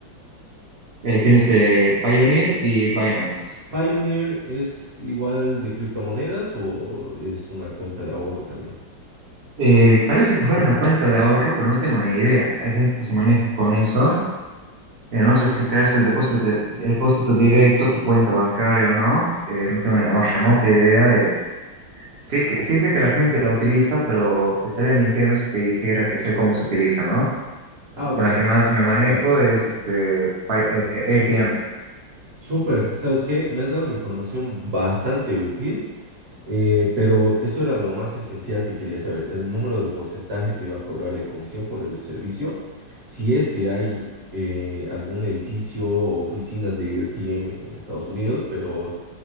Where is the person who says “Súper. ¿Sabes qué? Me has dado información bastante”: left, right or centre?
Right